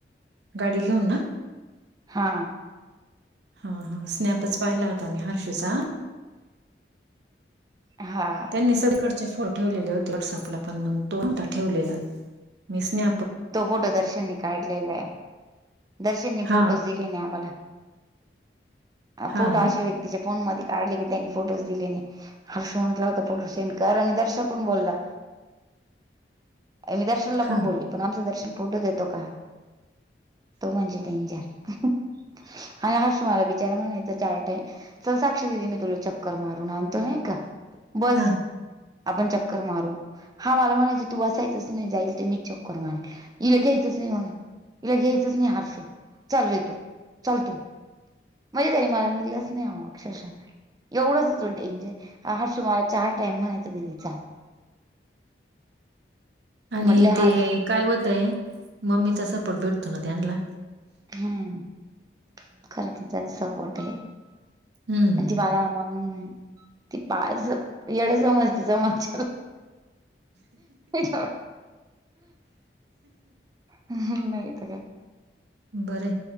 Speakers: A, on the right; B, on the right.
A: गाडी घेऊ ना
B: हा
A: हा हा स्नॅपच पाहिला होता मी हर्शूचा
B: हा
A: त्यांनी सगळीकडचे फो ठेवलेले होते वॉटसअपला पण मग तो नव्हता ठेवलेला मी स्ने
B: तो फोटो दर्शननी काढलेला आहे दर्शननी
A: हा
B: फोटो अंबल
A: हा
B: फोटाश
A: ना
B: व त्यािच्या फोन मध्ये काढले की त्यांनी फोटोज दिलेने हर्ष म्हटला होता फोटो सेंड कर आणि दर्शन पण बोलला मी दर्शन ण
A: हा
B: बोलली पण आमचं दर्शन फोटो देतो का तो म्हणजे डेंजर आणि हर्षु मला बिचारा म्हणायचं चार टाईम चल साक्ष दिदी मी तुला चक्कर मारून आणतो नाही का बस
A: हा
B: आपण चक्कर मारू हा मला म्हणायचं तू बायचच नाही जाईल ते मी च म इिला घ्यायचच नाही म्हण इिला घ्यायचच नाही आरशो चाल रेतू चालतू म्हणजे तई मला नलंच नाही ह अक्षरशः एवढाच हो तो डेंजर हा हा शुमला चार टाइम म्हणायच दिदीचा
A: आणि
B: म्हटलं हर्षू
A: ते काय होतय मम्मीचा सपोर्ट भेटतो ना त्यांला
B: हम्म खरं तिचाच सपोर्ट आहे
A: हम्म
B: आणि ती मला मग ती पाच एड समज तच मगच्या वाट नाही तर काय
A: बर